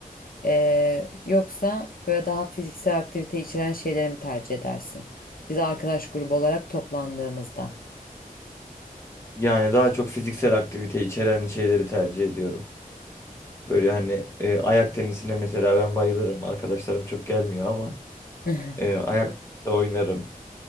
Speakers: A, on the left; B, on the left.
A: E, yoksa böyle daha fiziksel aktivite içeren şeyleri mi tercih edersin? Biz arkadaş grubu olarak toplandığımızda.
B: Yani daha çok fiziksel aktivite içeren şeyleri tercih ediyorum. Böyle hani e, ayak tenisine mesela ben bayılırım. Arkadaşlarım çok gelmiyor ama
A: <laughs>
B: e, ayak da oynarım.